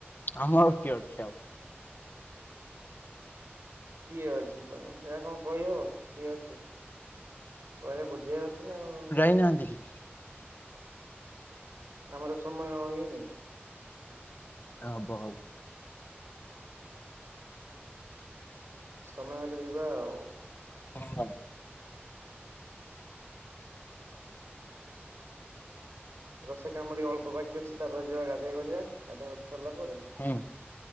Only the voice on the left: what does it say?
ଆମର କିଏ ଅଛି ଆଉ।
ଇନାହାନ୍ତି କି?
ହବ ହବ।
କଣ ହେଲା?
ହଁ।